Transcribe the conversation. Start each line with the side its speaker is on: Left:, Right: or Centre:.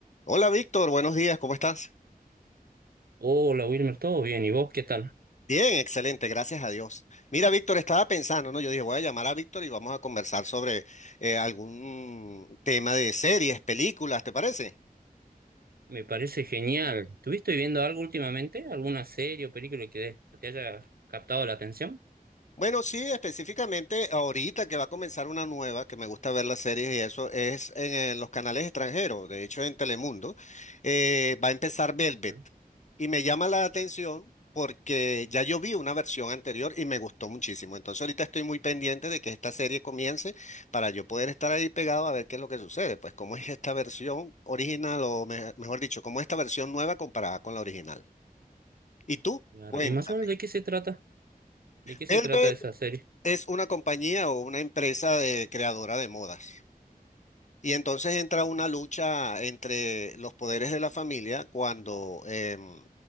Left: Hola Víctor, buenos días, ¿cómo estás?
Right: Hola Wilmer, ¿todo bien? ¿Y vos qué tal?
Left: Bien, excelente, gracias a Dios. Mira, Víctor, estaba pensando, ¿no? Yo dije, voy a llamar a Víctor y vamos a conversar sobre eh, algún tema de series, películas, ¿te parece?
Right: Me parece genial. ¿Estuviste viendo algo últimamente? ¿Alguna serie o película que te que te haya captado la atención?
Left: Bueno, sí, específicamente ahorita que va a comenzar una nueva, que me gusta ver las series y eso, es en, eh, los canales extranjeros, de hecho en Telemundo, eh, va a empezar Velvet.
Right: ¿No?
Left: Y me llama la atención porque ya yo vi una versión anterior y me gustó muchísimo. Entonces ahorita estoy muy pendiente de que esta serie comience para yo poder estar ahí pegado a ver qué es lo que sucede, pues cómo es esta versión original o me- mejor dicho, cómo es esta versión nueva comparada con la original. ¿Y tú?
Right: Claro.
Left: Cuéntame.
Right: ¿Y más o menos de qué se trata? ¿De qué se
Left: Velvet.
Right: trata esa serie?
Left: es una compañía o una empresa de creadora de modas. Y entonces entra una lucha entre los poderes de la familia cuando em,